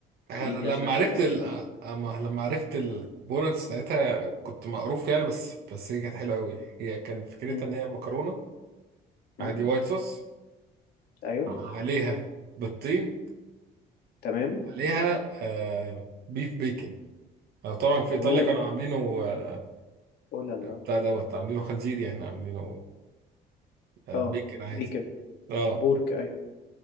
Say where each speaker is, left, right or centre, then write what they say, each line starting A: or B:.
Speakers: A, on the right (about 70°); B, on the left (about 75°).
A: انا
B: ايه دي
A: لما
B: عشان فلاح
A: عرفت ال...
B: شوية
A: أما- لما عرفت الكومبوننتس بتاعتها كنت مقروف يعني بس بس هي كانت حلوه قوي هي كان فكرتها
B: مم.
A: ان هي مكرونه
B: مم.
A: عادي وايت صوص
B: ايوه
A: عليها بيضتين
B: تمام
A: عليها آه بيف بيكن آه، طبعا في
B: اوه
A: ايطاليا كانوا عاملينه آه،
B: اوه لا لا
A: بتاع دوت عاملينه خنزير يعني عاملينه آه،
B: اه
A: بيكن عادي
B: بيكن
A: اه
B: بورك ايوه